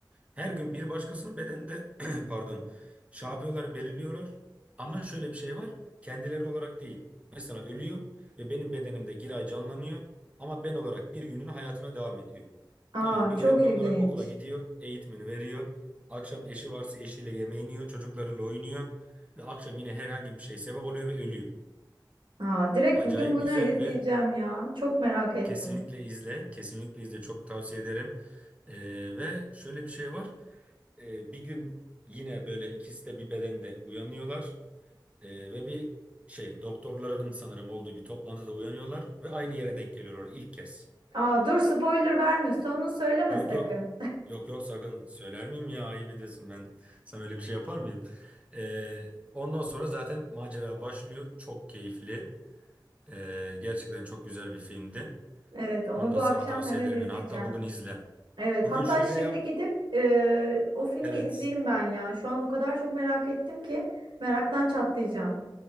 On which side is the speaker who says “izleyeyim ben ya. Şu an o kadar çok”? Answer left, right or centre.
Right